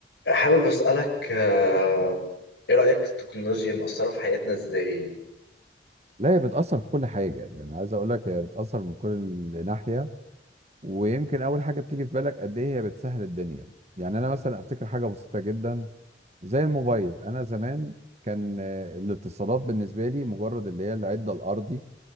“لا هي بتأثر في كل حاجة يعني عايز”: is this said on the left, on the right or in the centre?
Right